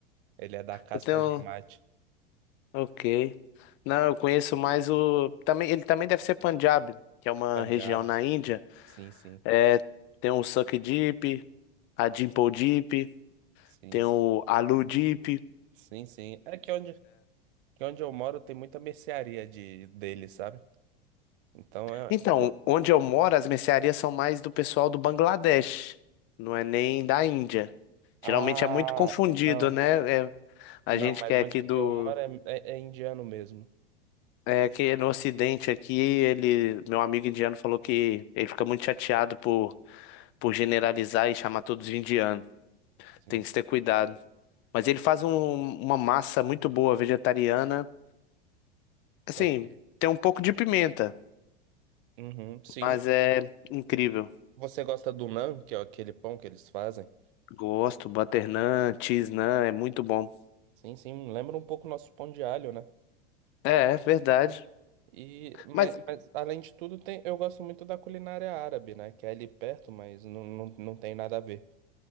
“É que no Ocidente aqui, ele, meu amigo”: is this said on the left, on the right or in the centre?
Left